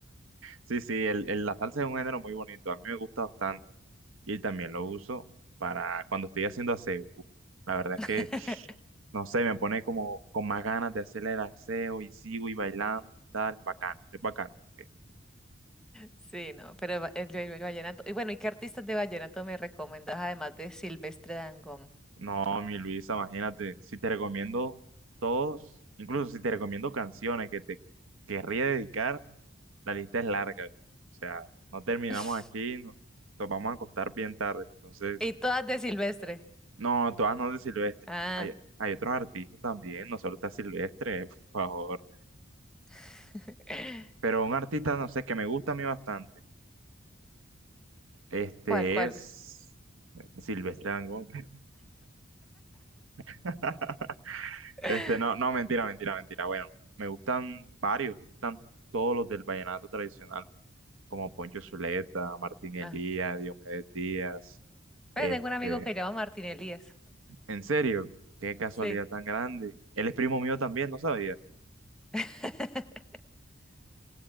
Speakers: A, on the right (about 80°); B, in the centre.
A: Sí, sí, el, el- la salsa es un género muy bonito. A mí me gusta bastante. Y también lo uso para cuando estoy haciendo aseo. Uf, La verdad es que,
B: <laughs>
A: no sé, me pone como con más ganas de hacer el aseo y sigo y bailando y tal. Bacano, es bacano. porque-
B: Sí, no, pero va- el, el vallenato. Y bueno, ¿y qué artistas de vallenato me recomendas además de Silvestre Dangond?
A: No, mi Luisa, imagínate, si te recomiendo todos, incluso si te recomiendo canciones que te querría dedicar. La lista es larga, ¿viste? O sea, no terminamos
B: <laughs>
A: aquí, nos, nos vamos a acostar bien tarde. Entonces,
B: Y todas de Silvestre.
A: no, todas no de Silvestre.
B: Ah.
A: Hay, hay otros artistas también, no solo está Silvestre, <laughs> por favor.
B: <laughs>
A: Pero un artista, no sé, que me gusta a mí bastante. Este
B: ¿Cuál, cuál?
A: es Silvestre Dangond. <laughs>
B: <laughs>
A: Este, no, no, mentira, mentira, mentira. Bueno, me gustan varios, me gustan todos los del vallenato tradicional, como Poncho Zuleta, Martín Elías,
B: Ah.
A: Diomedes Díaz.
B: Pues
A: Este,
B: tengo un amigo que llama Martín Elías.
A: En serio, qué casualidad
B: Sí.
A: tan grande. Él es primo mío también, no sabía.
B: <laughs>